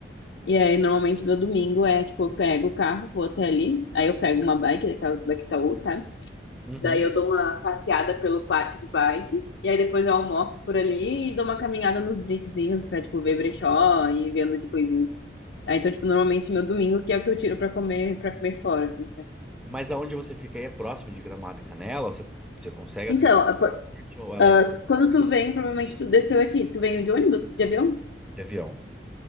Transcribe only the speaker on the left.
E aí, normalmente, meu domingo é, tipo, eu pego o carro, vou até ali, aí eu pego uma bike, daquelas da Itaú, sabe?
Daí eu dou uma passeada pelo parque de bike. E aí depois eu almoço por ali e dou uma caminhada nos brinquezinhos pra, tipo, ver brechó e vendo de coisinhas. Ah, então, tipo, normalmente meu domingo que é o que eu tiro pra comer, para comer fora, assim, sabe?
Então, a por-
ah, quando tu vem, provavelmente tu desceu aqui. Tu veio de ônibus, de avião?